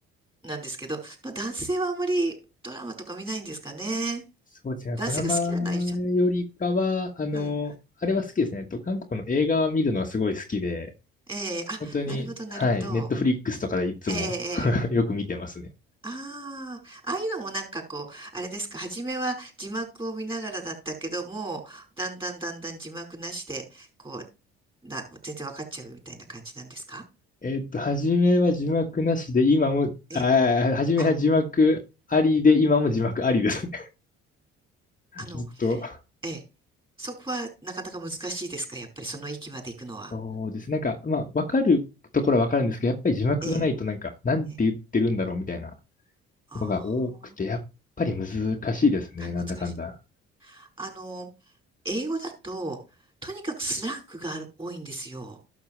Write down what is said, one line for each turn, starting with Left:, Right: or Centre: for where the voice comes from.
Right: なんですけど、まあ男性はあまりドラマとか見ないんですかね。
Left: そうですね。
Right: 男性が好きな内容じゃん。
Left: ドラマよりかは、あの、
Right: うん。
Left: あれは好きですね。えっと、韓国の映画を見るのはすごい好きで、
Right: ええあ、
Left: 本当に、
Right: なるほど、なるほど。
Left: はい、ネットフリックスとかでいつも
Right: ええええ
Left: <laughs> よく見てますね。
Right: ああ、ああいうのもなんかこう、あれですか、初めは字幕を見ながらだったけども、だんだんだんだん字幕なしで、こう、な、全然わかっちゃうみたいな感じなんですか
Left: えっと、初めは字幕なしで、今も、
Right: ええ。
Left: あー、初めは字幕ありで、
Right: あ、
Left: 今も字幕ありですね。<laughs>
Right: あの、
Left: ずっと。
Right: ええ。そこはなかなか難しいですかやっぱりその域まで行くのは。
Left: そうです。なんか、まあ、わかるところはわかるんですけど、やっぱり字幕がないと、
Right: ええ。
Left: なんか、なんて言ってるんだろうみたいな
Right: ええ。あ
Left: のが多くて、やっぱり難しいですね。
Right: あ、難しい。
Left: なんだかんだ。
Right: あの、英語だと、とにかくスラングがある、多いんですよ。